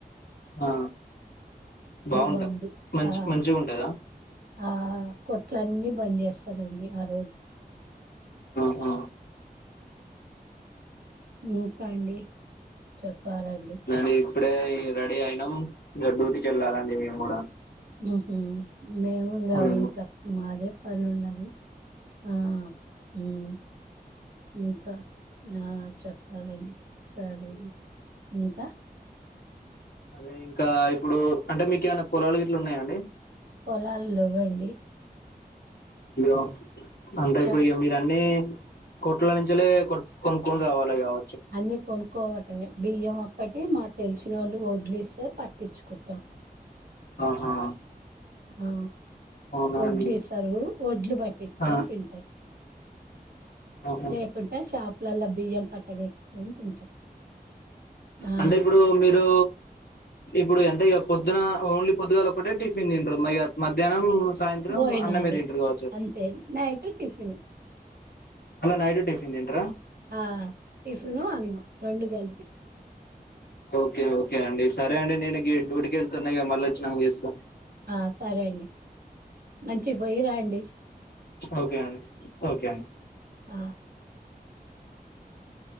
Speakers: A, on the left (about 80°); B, on the right (about 75°).
A: ఆ బాగుంటా
B: బంద్
A: మంచి
B: ఆ
A: మంచిగా ఉంటదా
B: ఆ కొట్లన్నీ బంద్ చేస్తారండి ఆ రోజు
A: ఆహా
B: ఇంకండి చెప్పాలండి
A: మరి ఇప్పుడే ఇగ రెడీ అయినాం ఇగ డూటీకి ఎల్లాలండి మేము కూడా
B: ఉహ్మ్ మేము ఇంకా
A: హ్మ్.
B: ఇంట్లో మాదే పని ఉన్నది ఆ మ్మ్ ఇంకా ఆ చెప్పాలండి సరే ఇంక
A: అదే ఇంకా ఇప్పుడు అంటే మీకు ఏమైనా పొలాలు గిట్ల ఉన్నాయాండి
B: పొలాలు లేవండి
A: అయ్యో అంటే
B: చ
A: ఇప్పుడు ఇగ మీరు అన్నీ కొట్లా నుంచలే కొంకోని రావాలి గవ
B: అన్నీ కొనుక్కోవటమే బియ్యం అప అంటే మా తెలిసినోళ్లు వడ్లిస్తే పట్టిచుకుటం
A: ఆహా
B: ఆ
A: అవునా
B: వోడ్లు
A: అండి
B: ఏసారు వోడ్లు బట్టచ్
A: ఆ
B: కొని తింటారు
A: ఆహా
B: లేకుంటె షాపులల్ల బియ్యం పట్టగాట్కొని తింటాం ఆ
A: అంటే ఇప్పుడు మీరు ఇప్పుడు ఎ టె ఇగ పొద్దున ఓన్లీ పొద్దుగాల ఒకటే టిఫిన్ తింటరాల్లు నయ్యత్ మధ్యాహ్నం సాయంత్రం
B: భోజనాలు
A: అన్నమే తింటర్ కావచ్చు
B: అంతే నైట్ టిఫిన్
A: మల్ల నైటు టిఫిన్ తింటారా
B: ఆ టిఫిను అన్నం రెండు గలిపి
A: ఓకే ఓకే అండి సరే అండి నేను గీ డ్యూటీకి వెళ్తున్నఇగ మళ్ళ వొచ్చినంక చేస్తా
B: ఆ సరే అండి మంచిగ్ పోయి రాండి
A: ఓకే అండి ఓకే అండి
B: ఆ